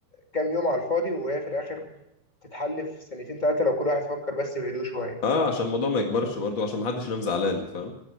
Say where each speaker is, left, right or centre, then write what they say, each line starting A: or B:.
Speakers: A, on the left (about 15°); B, on the left (about 45°).
A: كام يوم على الفاضي وهي في الاخر تتحل في سنتين ثلاثه لو كل واحد فكر بس بهدوء شويه
B: اه عشان الموضوع ما يكبرش برضو عشان ما حدش ينام زعلان فاهم